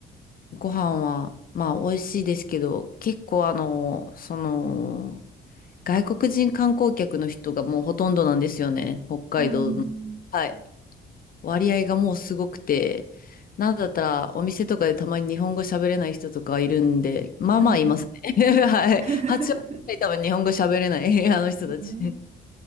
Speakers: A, on the left (about 45°); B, on the right (about 35°).
A: ご飯は、まあ美味しいですけど、結構あの、その、外国人観光客の人がもうほとんどなんですよね。北海道の。
B: あ
A: はい割合がもうすごくて、なんだったらお店とかでたまに日本語喋れない人とかいるんで、まあまあいますね。
B: あー。
A: <laughs> はい。
B: <laughs>
A: 8割くらい多分日本語喋れない <laughs> あの人たち。
B: ああ